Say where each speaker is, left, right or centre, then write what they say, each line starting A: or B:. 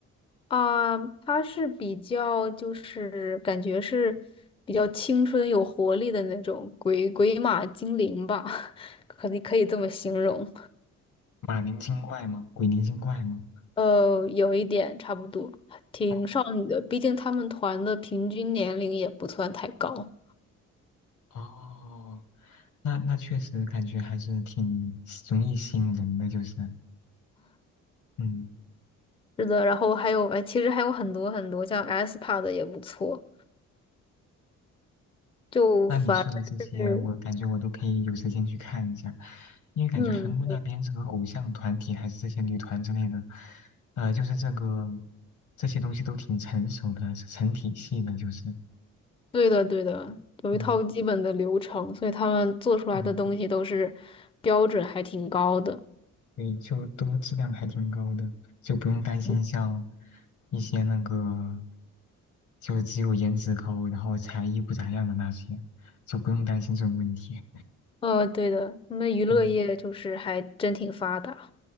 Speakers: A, on the left; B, on the left.
A: 啊。它是比较就是感觉是比较青春有活力的那种鬼鬼马精灵吧，<laughs> 可以可以这么形容。
B: 马林精怪吗？鬼灵精怪吗？
A: 呃，有一点差不多，挺少女的。
B: 哦
A: 毕竟他们团的平均年龄也不算太高。
B: 哦，那那确实感觉还是挺容易吸引人的，就是嗯，
A: 是的，然后还有，哎，其实还有很多很多，像 S p a 的也不错。就反而是，
B: 那你说的这些，我感觉我都可以有时间去看一下，因为感觉韩国那边这个偶像团体还是这些女团之类的，
A: 嗯，
B: 呃，就是这个这些东西都挺成熟的，是成体系的，就是
A: 对的，对的，有一套基本的流程，
B: 嗯
A: 所以他们做出来的东西都是标准还挺高的。
B: 嗯。对，就都质量还挺高的，就不用担心像
A: 嗯
B: 一些那个，就只有颜值高，然后才艺不咋样的那些，就不用担心这种问题。
A: 呃，对的，他们娱乐业就是还真挺发达。
B: 嗯，